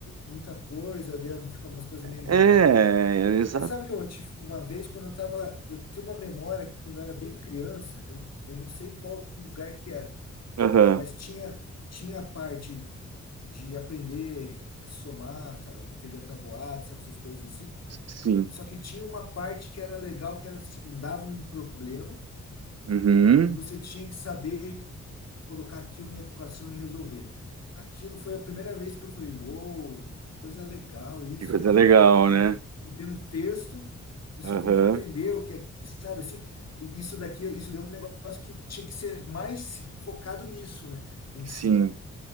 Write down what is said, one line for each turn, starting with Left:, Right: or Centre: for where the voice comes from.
Left: muita coisa, daí fica umas coisas meio
Right: É,
Left: jogadas.
Right: exato.
Left: Mas sabe que eu tive uma vez quando eu tava, eu tenho uma memória quando eu era bem criança, eu, eu não sei em qual lugar que era,
Right: Aham.
Left: mas tinha tinha a parte de aprender a somar, tá, entender a tabuada, sabe, essas coisas assim.
Right: Sim.
Left: Só que tinha uma parte que era legal, que era assim, dava um problema
Right: Uhum.
Left: e você tinha que saber colocar aquilo em equação e resolver. Aquilo foi a primeira vez que eu falei, uou, que coisa legal isso,
Right: Que coisa
Left: né?
Right: legal,
Left: Tu Você
Right: né?
Left: tem um texto e você
Right: Aham.
Left: tem que entender o que é, sabe assim? E Isso daqui, isso deu um negócio que tinha que ser mais focado nisso, né? O ensino.
Right: Sim.